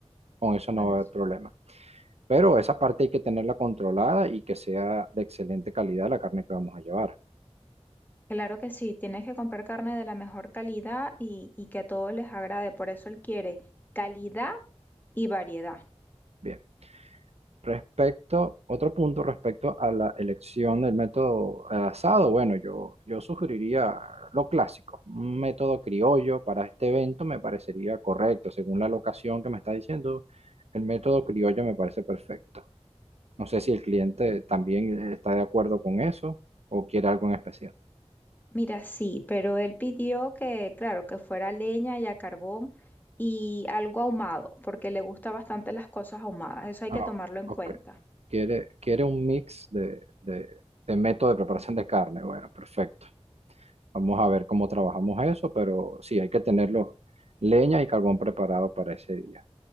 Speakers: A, on the right (about 70°); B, on the left (about 15°).
A: Con eso
B: Bueno,
A: no va a
B: es-
A: haber problema. Pero esa parte hay que tenerla controlada y que sea de excelente calidad la carne que vamos a llevar.
B: claro que sí, tienes que comprar carne de la mejor calidad y, y que a todos les agrade, por eso él quiere calidad y variedad.
A: Bien. Respecto, otro punto respecto a la elección del método al asado, bueno, yo, yo sugeriría lo clásico, un método criollo para este evento me parecería correcto, según la locación que me está diciendo, el método criollo me parece perfecto. No sé si el cliente también está de acuerdo con eso o quiere algo en especial.
B: Mira, sí, pero él pidió que, claro, que fuera leña y a carbón y algo ahumado, porque le gusta bastante las cosas ahumadas, eso hay
A: Ah,
B: que tomarlo en
A: ok,
B: cuenta.
A: quiere, quiere un mix de, de de método de preparación de carne, bueno, perfecto. Vamos a ver cómo trabajamos eso, pero sí, hay que tenerlo leña y carbón preparado para ese día.